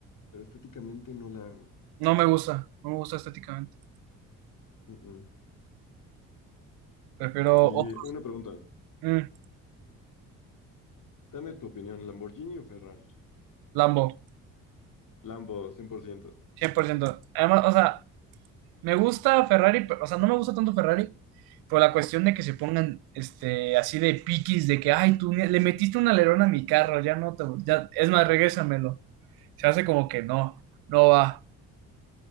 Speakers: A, on the left; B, on the right.
A: pero estéticamente no la arma.
B: No me gusta, no me gusta estéticamente.
A: Mm, mm.
B: Prefiero
A: Y
B: otro.
A: una pregunta,
B: Mm,
A: dame tu opinión, ¿Lamborghini o Ferrari?
B: Lambo,
A: Lambo, 100%.
B: cien por ciento Además, o sea, me gusta Ferrari, pero- o sea, no me gusta tanto Ferrari por la cuestión de que se pongan este, así de piquis, de que, ay, tú le metiste un alerón a mi carro, ya no te, ya, es más, regrésamelo. Se hace como que no, no va.